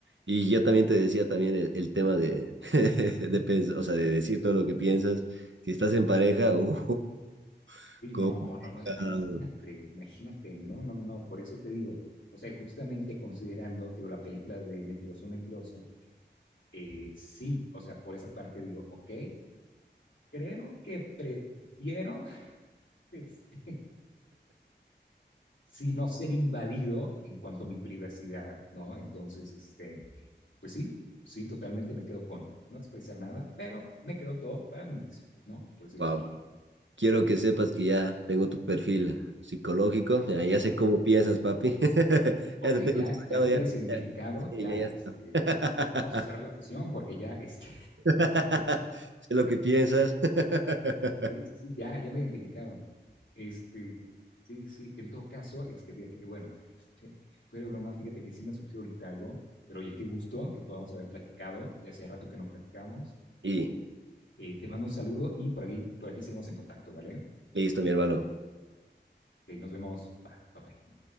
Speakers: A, on the right (about 85°); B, on the left (about 90°).
A: Y yo también te decía también el, el tema de, <laughs> de, pens- o sea, de decir todo lo que piensas. Si estás en pareja, uh, <laughs>
B: Sí,
A: complicado.
B: no, no, no, imagínate, imagínate, no, no, no, por eso te digo, o sea, justamente considerando, te digo, la película de Mentiroso, Mentiroso, eh, sí, o sea, por esa parte digo, ok, creo que prefiero, <laughs> este, si no ser invadido en cuanto a mi privacidad, ¿no? Entonces, este, pues sí, sí, totalmente me quedo con no expresar nada, pero me quedo todo para mí mismo, ¿no? Por así
A: Guau,
B: decirlo.
A: bro. Quiero que sepas que ya tengo tu perfil psicológico. Ya, ya
B: Ajá.
A: sé cómo piensas, papi. <laughs>
B: Ok,
A: Ya te tengo
B: ya,
A: estudiado,
B: ya me tienes
A: ya.
B: identificado,
A: Ya, sí,
B: ya,
A: ya, ya
B: este,
A: está.
B: Vamos a cerrar
A: <laughs>
B: la sesión porque ya, este,
A: <laughs> sé lo que piensas. <laughs>
B: <laughs> sí, sí, sí, ya, ya me identificaron. Este, sí, sí, sí, en todo caso, este, fíjate que bueno, <laughs> este, fuera de broma, fíjate que sí me surgió ahorita algo, pero oye, qué gusto que podamos haber platicado, ya hacía rato que no platicábamos.
A: y
B: Eh, te mando un saludo y por aquí, por aquí seguimos en contacto, ¿vale?
A: listo, mi hermano.
B: Eh, nos vemos. Bye, bye. bye.